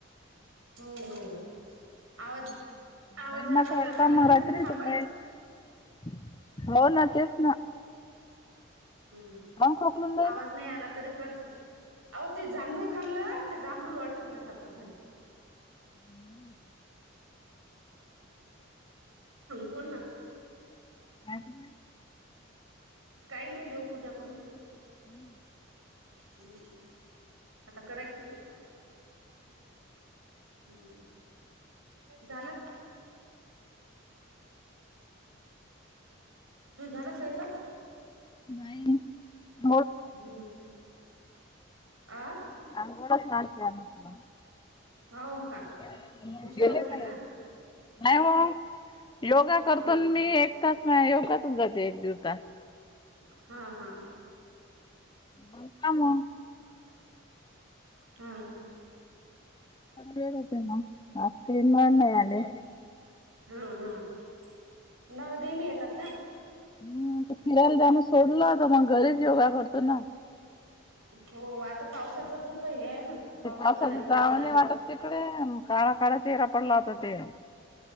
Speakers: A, on the right; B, on the left.
A: हो हो आवाज. आवाज
B: महिमाचा
A: आला
B: आलता
A: आला
B: मगाशी
A: नाही तरी
B: रात्री
A: थांबाच
B: म हो ना तेच ना.
A: हम्म
B: मग खोकलून जाईल
A: आवाज नाही आला तरी कट. आवो ते जांभूळ खाल्लं ते जांभूळ अटकल्या सारखं झालय.
B: <inaudible>
A: बोल ना.
B: ह <unintelligible>
A: काही नाही देव पूजा करून राहीले.
B: हम्म.
A: हम्म आता करायचीच होती हम्म झालं तू झाला स्वयंपाक?
B: नाही <unintelligible>
A: हम्म आ
B: अंघोळच होयची आहे म्हटलं.
A: हो का.
B: का
A: उशिरा उठले
B: नाही
A: का
B: हो योगा करतो
A: हा
B: ना मी तास योगातून जाते एक दिवता.
A: हा हां
B: मग का मग
A: हां
B: वड होते नाही आले
A: हा हा न डेली येतात का.
B: हम फिरायला जाणं सोडलं तर मग घरीच योगा करतो ना.
A: हो आता पावसाच खूप हे आहे ना. पावसा
B: ते पावसाचं
A: पाण्याचं
B: जाव
A: कुठं जाणार
B: नाही वाटत तिकडे काळा काळा चेहरा पडला होता ते.